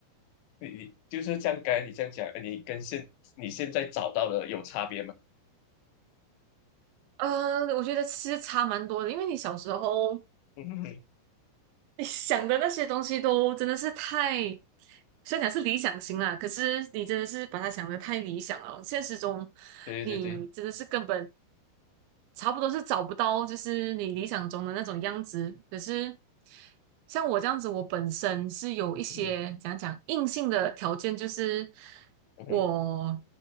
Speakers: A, on the left (about 85°); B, on the right (about 80°).
A: 你你就是这样，刚才你这样讲，呃你跟现你现在找到的有差别吗？
B: 呃，我觉得其实差蛮多的，因为你小时候
A: <laughs> 嗯哼
B: 你想的那些东西都真的是太，虽然讲是理想型啦，可是你真的是把它想的太理想了，现实中
A: 对对对，
B: 你真的是根本差不多是找不到，就是你理想中的那种样子。可是像我这样子，我本身是有一些讲讲硬性的条件，
A: 嗯哼
B: 就是
A: 嗯哼
B: 我